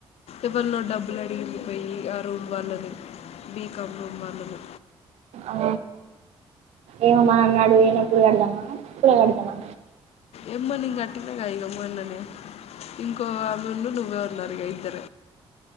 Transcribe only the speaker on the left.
ఇవన్న డబ్బులు అడిగింది పోయి ఆ రూమ్ వాళ్ళని. బీకామ్ రూమ్ వాళ్ళని
ఏమ్మనిం కట్టినాగ మొన్ననే ఇంకో అవిండు నువ్వే ఉన్నారు గ ఇద్దర్.